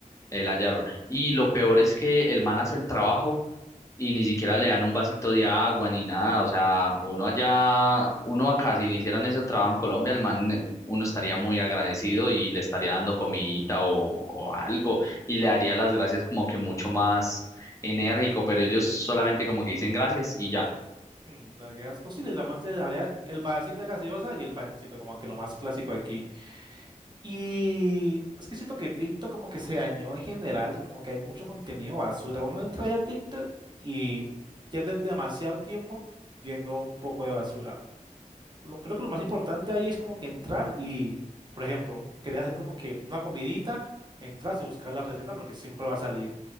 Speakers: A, on the left (about 20°); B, on the right (about 30°).
A: eh, la yarda. Y lo peor es que el man hace el trabajo y ni siquiera le dan un vasito de agua ni nada. O sea, uno allá, uno acá, si le hicieran ese trabajo en Colombia, al man, eh, uno estaría muy agradecido y le estaría dando comidita o, o algo y le daría las gracias como que mucho más enérgico, pero ellos solamente como que dicen gracias y ya.
B: mm, La que es posible, el amante de la el vasito de gaseosa y el pancito, como que lo más clásico aquí. Y es que siento que TikTok como que se dañó en general, como que hay mucho contenido basura. Uno entra ya a TikTok y pierde demasiado tiempo viendo un poco de basura. Lo, creo que lo más importante ahí es como que entrar y, por ejemplo, querer hacer como que una comidita, entras y buscar la receta porque siempre va a salir.